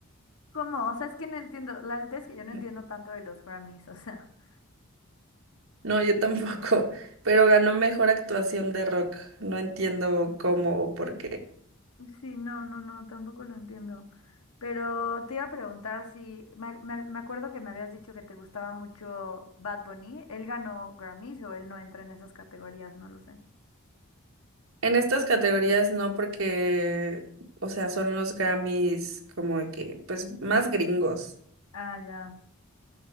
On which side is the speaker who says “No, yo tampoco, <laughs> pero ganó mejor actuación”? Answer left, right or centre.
Right